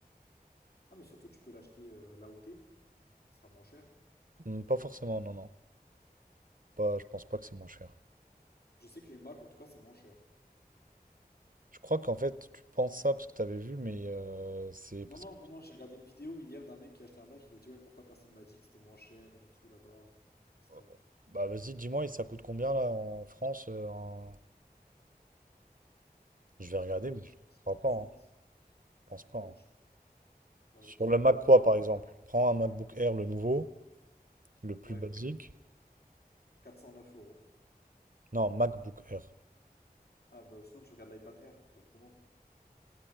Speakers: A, on the left; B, on the right.
A: Ah, mais surtout, tu peux l'acheter euh, là où t'es. Ça sera moins cher.
B: Hum, Pas forcément, non, non. Pas, je pense pas que c'est moins cher.
A: Je sais que les Mac, en tout cas, c'est moins cher.
B: Je crois qu'en fait, tu penses ça parce que tu avais vu, mais euh, c'est parce
A: Non, non,
B: que.
A: non, non, j'ai regardé une vidéo hier d'un mec qui a acheté un Mac. Il a dit, ouais, pourquoi personne m'a dit que c'était moins cher et tout là-bas, etc.
B: oh, oh, Bah vas-y, dis-moi, et ça coûte combien là en France euh, en- Je vais regarder,
A: Euh, ouais,
B: mais je
A: je te dis ça
B: crois
A: tout
B: pas,
A: de suite.
B: hein. Je pense
A: Moi,
B: pas. hein.
A: je... Bah
B: Sur
A: oui, tu peux
B: le Mac
A: regarder.
B: quoi,
A: oui.
B: par exemple? Prends un MacBook Air, le nouveau, le plus
A: Ouais,
B: basique.
A: 409 euros.
B: Non, MacBook Air.
A: Ah, bah sinon, tu regardes l'iPad Air directement.